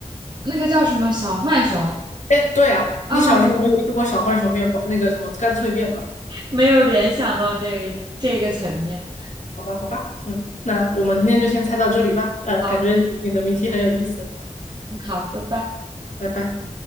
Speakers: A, on the right; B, on the left.
A: 那个叫什么小浣熊
B: 哎，对啊，
A: 啊，
B: 你小时候没有吃过小浣熊面包那个什么干脆面吗？
A: 没有联想到这这个层面。
B: 好吧，好吧，嗯，那我们今天就先猜到这里吧。呃，
A: 好，
B: 感觉你的谜题很有意思，
A: 嗯好，拜拜。
B: 拜拜。